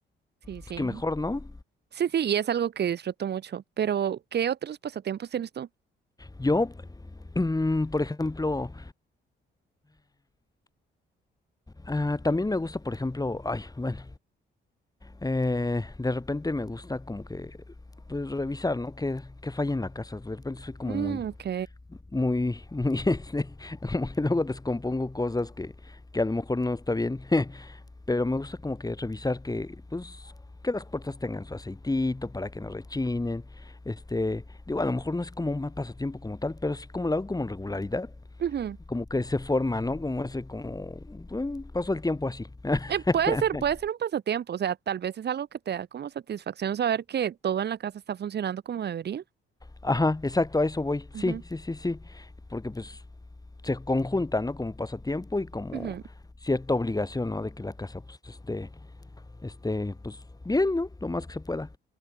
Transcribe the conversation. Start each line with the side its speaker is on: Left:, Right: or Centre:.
Right: Sí, sí.
Left: Pues que mejor, ¿no?
Right: Sí, sí, y es algo que disfruto mucho. Pero, ¿qué otros pasatiempos tienes tú?
Left: Yo, mm, por ejemplo, ah, también me gusta, por ejemplo, ay, bueno. Eh, de repente me gusta como que pues revisar, ¿no? Que, que falla en la casa. De repente soy como
Right: Mm,
Left: muy,
Right: ok.
Left: muy, <laughs> muy, este, como que luego descompongo cosas que, que a lo mejor no está bien. <laughs> Pero me gusta como que revisar que, pues, que las puertas tengan su aceitito para que no rechinen. Este, digo, a lo mejor no es como un mal pasatiempo como tal, pero sí como lo hago como en regularidad.
Right: Ujú.
Left: Como que se forma, ¿no? Como ese, como, bueno, paso el tiempo así. <laughs>
Right: Eh, puede ser, puede ser un pasatiempo. O sea, tal vez es algo que te da como satisfacción saber que todo en la casa está funcionando como debería.
Left: Ajá, exacto, a eso voy. Sí,
Right: Ujú,
Left: sí, sí, sí. Porque pues se conjunta, ¿no? Como pasatiempo y como
Right: ujú.
Left: cierta obligación, ¿no? De que la casa pues esté, esté pues bien, ¿no? Lo más que se pueda.